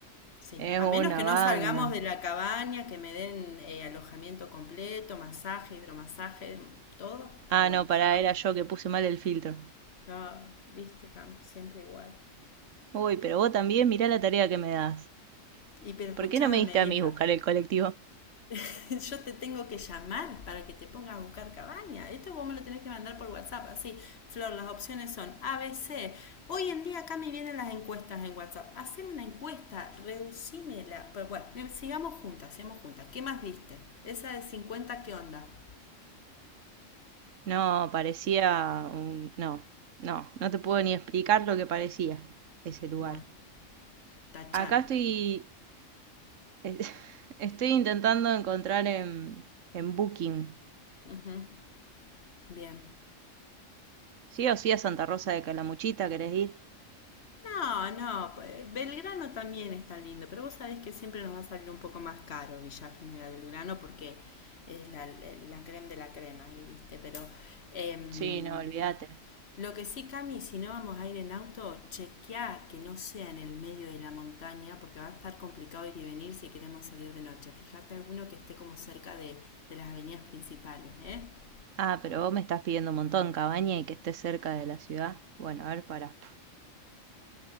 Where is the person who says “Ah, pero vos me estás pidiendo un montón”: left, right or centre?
Right